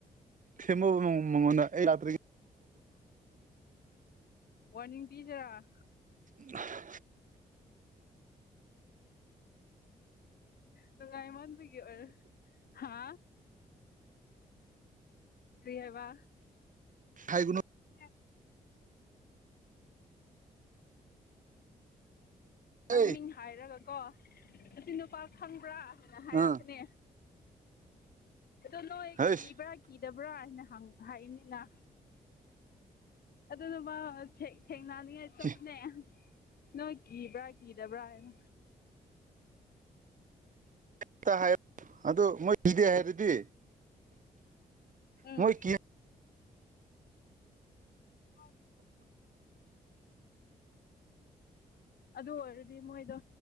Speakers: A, on the right; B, on the left.
A: ꯊꯦꯝꯃꯣꯕ ꯃꯉꯣꯟꯗ ꯑꯩ <unintelligible>
B: ꯋꯥꯔꯅꯤꯡ ꯄꯤꯁꯤꯔꯥ
A: <unintelligible>
B: ꯅꯨꯡꯉꯥꯏ ꯃꯟꯕꯒꯤ ꯑꯣꯏꯔꯦ ꯍꯥ ꯀꯔꯤ ꯍꯥꯏꯕ
A: ꯊꯥꯏꯒꯨꯅꯨꯠ
B: <inaudible> ꯅꯪ
A: ꯑꯦ
B: ꯃꯤꯡ ꯍꯥꯏꯔꯒꯀꯣ ꯑꯁꯤ ꯅꯨꯄꯥ ꯈꯪꯕ꯭ꯔꯥ ꯍꯥꯏꯅ ꯍꯥꯏꯔꯛꯀꯅꯦ
A: ꯑ
B: ꯑꯗꫭ ꯅꫭꯏ
A: ꯍꯩꯁ
B: ꯀꯤꯕ꯭ꯔ ꯀꯤꯗꯕ꯭ꯔꯥ ꯍꯥꯏꯅ ꯍꯪ ꯍꯥꯏꯅꯤꯅ ꯑꯗꯨꯗꯨ ꯃꯥ ꯊꯦꯛ ꯊꯦꯡꯅꯅꯤꯡꯉꯥꯏ ꯆꯠꯄꯅꯦ
A: ꯍꯦꯛꯇ
B: ꯅꯣꯏ ꯀꯤꯕ꯭ꯔꯥ ꯀꯤꯗꯕ꯭ꯔꯥ ꯍꯥꯏꯅ
A: ꯑꯝꯇꯥ ꯍꯥꯏꯌꯨ ꯑꯗꯨ ꯃꯣꯏ ꯀꯤꯗꯦ ꯍꯥꯏꯔꯗꯤ
B: ꯎꯝ
A: ꯃꯣꯏ ꯀꯤ
B: <unintelligible> ꯑꯗꯨ ꯑꯣꯏꯔꯗꯤ ꯃꯣꯏꯗꯣ